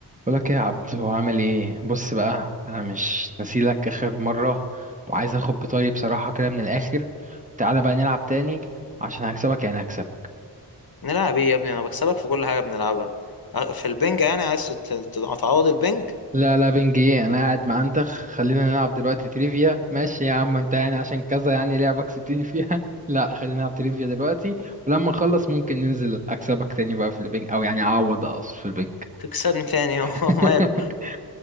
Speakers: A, on the right (about 20°); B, on the left (about 60°).
A: بقولك ايه يا عبد هو عامل ايه بص بقى انا مش نسيلك اخر مره وعايز اخد بطاري بصراحه كده من الاخر تعالى بقى نلعب تاني عشان هكسبك يعني هكسب
B: نلعب ايه يا ابني انا بكسبك في كل حاجه بنلعبها أه، في البنج يعني عايز تت- تت- تعوض البنج
A: لا لا بنج ايه انا قاعد مع انتخ خلينا نلعب دلوقتي تريفيا ماشي يا عم انت يعني عشان كذا يعني لعبك كسبتني فيها <laughs> لا خلينا نلعب تريفيا دلوقتي ولما نخلص ممكن ننزل اكسبك تاني بقى في البنج او يعني اعوض اقصد في البنج
B: تكسبني تاني
A: <laughs>
B: <laughs> هو ماله